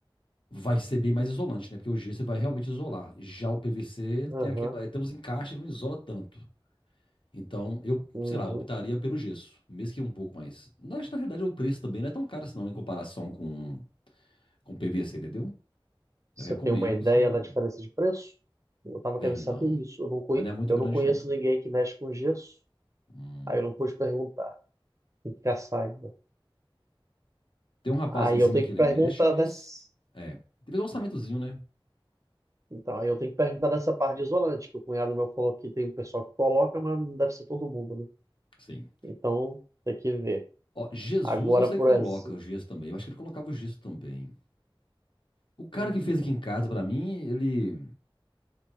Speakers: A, on the left; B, on the right.
A: vai ser bem mais isolante, né? Porque o gesso você vai realmente isolar. Já o PVC
B: Aham,
A: tem aquela, é, tem uns encaixes, ele não isola tanto. Então, eu,
B: uhum.
A: sei lá, optaria pelo gesso, mesmo que um pouco mais. Na, acho que, na realidade o preço também não é tão caro assim, não, em comparação com, com PVC, entendeu?
B: Você
A: Eu recomendo
B: tem uma ideia
A: você colocar.
B: da diferença de preço? Eu tava
A: Tenho
B: querendo saber
A: não.
B: isso. Eu não, conhe-
A: Não é muito
B: eu
A: grande,
B: não conheço
A: não.
B: ninguém que mexe com gesso.
A: Hum.
B: Aí eu não pude perguntar. Tem que caçar ainda.
A: Tem um rapaz
B: Aí
A: lá em cima
B: eu tenho
A: que
B: que
A: ele
B: perguntar
A: mexe, mas
B: dessa.
A: é. Teve um orçamentozinho, né?
B: Então, aí eu tenho que perguntar dessa parte de isolante, que o cunhado meu falou que tem um pessoal que coloca, mas não deve ser todo mundo, né?
A: Sim.
B: Então, tem que ver.
A: Ó, Jesus,
B: Agora,
A: eu sei
B: por
A: que coloca
B: exemplo.
A: o gesso também. Eu acho que ele colocava o gesso também. O cara
B: hum,
A: que fez aqui em casa pra mim, ele.